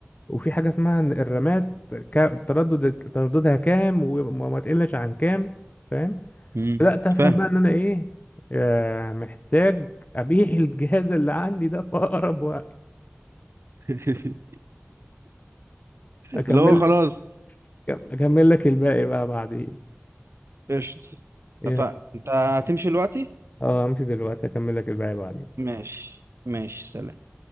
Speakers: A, on the left; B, on the right.
A: وفي حاجه اسمها إن الرامات كا- تردد ترددها كام وما ما تقلش عن كام فاهم
B: مم.
A: بدأت أفهم
B: فاهم
A: بقى إن أنا إيه آه، محتاج أبيع الجهاز اللي عندي ده في أقرب وقت
B: <laughs> <laughs> اللي
A: أكمل
B: هو خلاص
A: لك أكمل لك الباقي بقى بعدين
B: قشطة
A: إيه،
B: اتفقنا انت هتمشي دلوقتي
A: أه أمشي دلوقتي أكمل لك الباقي بعدين
B: ماشي ماشي سلام